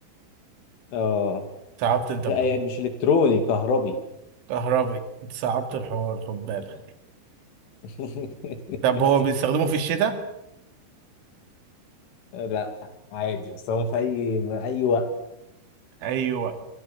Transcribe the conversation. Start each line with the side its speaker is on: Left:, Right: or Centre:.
Left: اه
Right: صعبت انت
Left: لا
Right: الحوار
Left: يعني مش إلكتروني كهربي
Right: كهربي انت صعبت الحوار خد بالك
Left: <laughs>
Right: طب هو بيستخدمه في الشتاء
Left: لا عادي بس هو في أي أي وقت
Right: ايوه